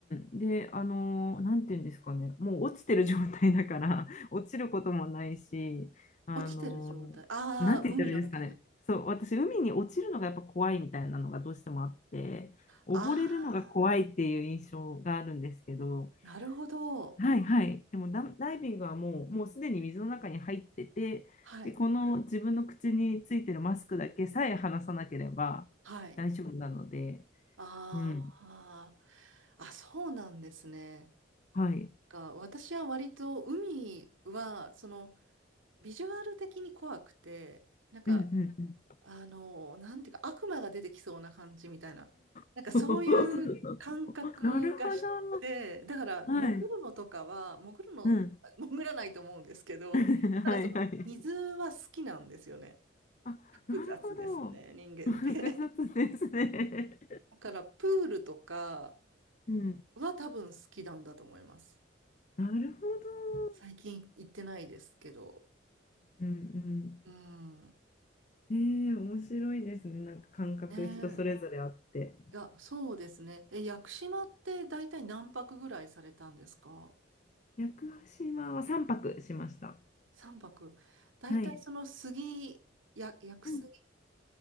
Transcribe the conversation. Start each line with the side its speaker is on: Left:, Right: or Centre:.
Left: うん。で、あのーなんていうんですかね、もう落ちてる状態だから、<laughs> 落ちることもないし、あのーなんて言ったらいいですかね、
Right: 落ちてる状態。ああ、海の中に。
Left: そう、私、海に落ちるのがやっぱ怖いみたいなのがどうしてもあって、溺れるのが怖いっていう印象があるんですけど、
Right: ああ。なるほど。
Left: はいはい、でもダ、ダイビングはもう、もうすでに水の中に入ってて、
Right: はい。
Left: で、この自分の口についてるマスクだけさえ離さなければ大丈夫なので、
Right: はい。ああ、
Left: うん、
Right: あ、そうなんですね。
Left: はい。
Right: が、私は割と海は、その、ビジュアル的に怖くて、なんか、
Left: うんうんうん
Right: あの、なんていうか、悪魔が出てきそうな感じみたいな。なんかそういう感覚がして、
Left: <laughs> なるほど。
Right: だから、潜るのとかは、
Left: はい。
Right: 潜るの、
Left: うん。
Right: 潜らないと思うんですけど、
Left: <laughs>
Right: ただその、
Left: はいはい。
Right: 水は好きなんですよね。
Left: あ、
Right: 複雑ですね、
Left: なるほど。
Right: 人間って。
Left: <laughs> 複雑ですね。
Right: だからプールとか
Left: うん。
Right: は多分好きなんだと思います。
Left: なるほど。
Right: 最近行ってないですけど。
Left: うんうん。
Right: うん。
Left: ええ、面白いですね。なんか感覚人それぞれあって。
Right: ねえ。いや、そうですね。え、屋久島って大体何泊ぐらいされたんですか
Left: 屋久島は3泊しました。
Right: ?3 泊。大体その杉、
Left: はい。
Right: や、屋久杉、
Left: うん。